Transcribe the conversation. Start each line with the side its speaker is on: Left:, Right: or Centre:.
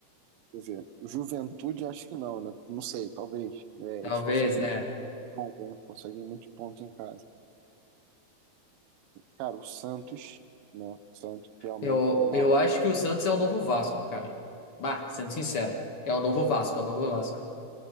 Right: quer dizer, o Juventude acho que não, né? Não sei, talvez. É,
Left: Talvez,
Right: eles conseguem
Left: né?
Right: muitos pontos, né? Conseguem muitos pontos em casa. Cara, o Santos, né? O Santos realmente
Left: Eu,
Right: é uma
Left: eu
Right: lateral.
Left: acho que o Santos é o novo Vasco, cara. Bah, sendo sincero, é o novo Vasco, é o novo Vasco.